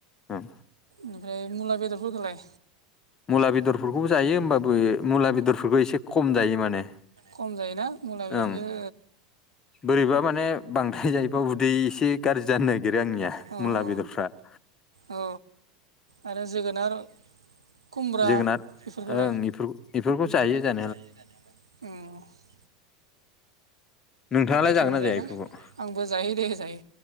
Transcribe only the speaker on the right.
ओमफ्राय मुला बेदरफोरखौलाय
खम जायोना मुला बेदरखो
औ
औ
औ आरो जोगोनार खुमब्रा
बेफोरखौलाय
जायो जानाया अ
गोथाव
मोनजायोना
आंबो जायो दे जायो